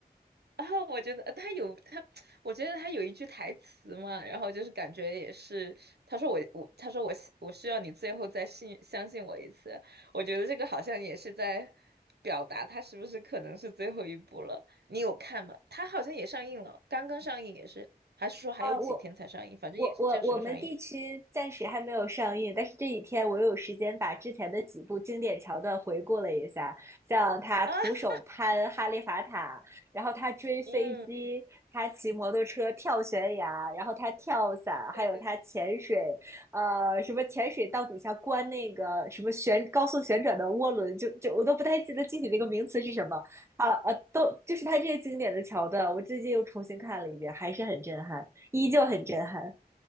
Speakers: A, on the right; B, on the right.
A: 然后我觉得呃他有他，我觉得他有一句台词嘛，然后就是感觉也是，他说我我他说我希我需要你最后再信相信我一次，我觉得这个好像也是在表达他是不是可能是最后一步了。你有看吗？他好像也上映了，刚刚上映也是，还是说还有几天才上映？
B: 啊，我
A: 反正也是这时候上映
B: 我我我们地区暂时还没有上映，但是这几天我有时间把之前的几部经典桥段回顾了一下，像他徒手攀哈利法塔，
A: <laughs> 啊。
B: 然后他追飞机，
A: 嗯，
B: 他骑摩托车跳悬崖，然后他跳伞，
A: 对对，
B: 还有他潜水，呃，什么潜水到底下关那个什么旋高速旋转的涡轮，就就我都不太记得具体那个名词是什么啊啊，都就是他这些经典的桥段，我最近又重新看了一遍，还是很震撼。依旧很震撼。